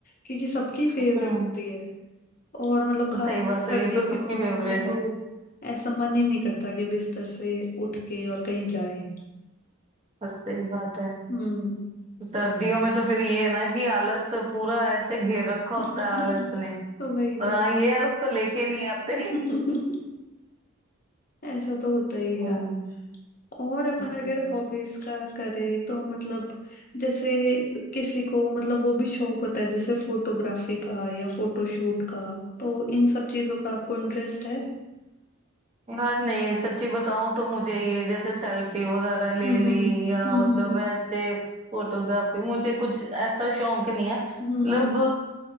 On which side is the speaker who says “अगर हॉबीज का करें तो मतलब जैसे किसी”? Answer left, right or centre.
Left